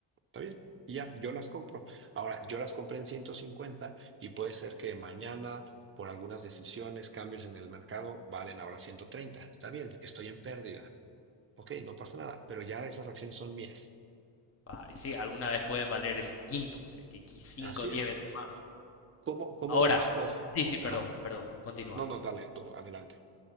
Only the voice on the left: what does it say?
Ah, y sí, alguna vez pueden valer el quíntuple, que que cinco,
o 10
veces más.
Ahora,
sí, sí,
perdón, perdón, continúa.